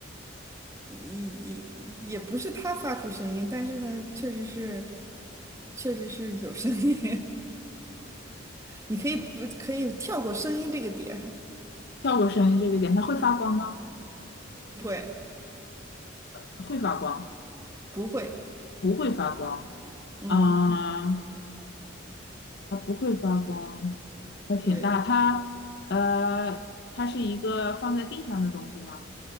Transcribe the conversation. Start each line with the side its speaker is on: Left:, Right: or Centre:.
Right: 也也也不是他发出声音，但是呢，确实是，确实是有声音。<laughs> 你可以不可以跳过声音这个点？
Left: 跳过声音这个点，它会发光吗？
Right: 不会，
Left: 会发光。
Right: 不会，
Left: 不会发光
Right: 嗯，
Left: 啊，它不会发光，它挺大，
Right: 对
Left: 它呃，它是一个放在地上的东西吗？